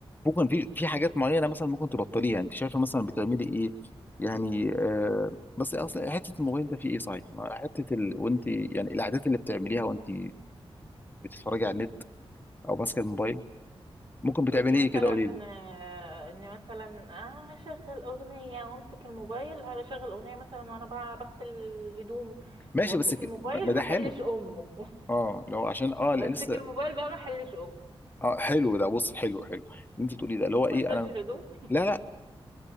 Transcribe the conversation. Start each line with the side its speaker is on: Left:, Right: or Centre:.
Left: ممكن في في حاجات معينه مثلا ممكن تبطليها انت شايفه مثلا بتعملي ايه يعني آه، بس اصلا حته الموبايل ده فيه ايه صحيح ما حته ال... وانت يعني العادات اللي بتعمليها وانت بتتفرجي على النت او ماسكه الموبايل ممكن بتعملي
Right: اني مثلا
Left: ايه كده قولي لي
Right: آه، اني مثلا آه، هشغل اغنيه وامسك الموبايل هشغل اغنيه مثلا وانا بقى بغسل الهدوم
Left: ماشي
Right: وامسك
Left: بس ك-
Right: الموباil
Left: ما ده
Right: ما احلش
Left: حلو
Right: امه
Left: اه لو عشان
Right: <laughs>
Left: اه
Right: بمسك
Left: لا، لسه
Right: الموبايل بقى ما احلش امه
Left: اه حلو ده بص حلو حلو اللي انت بتقوليه ده اللي هو ايه
Right: ما اغسلش
Left: انا
Right: الهدوم
Left: لا لا